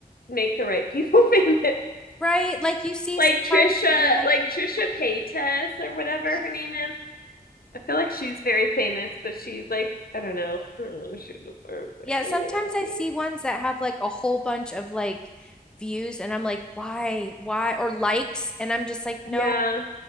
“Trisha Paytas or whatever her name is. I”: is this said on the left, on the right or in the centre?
Left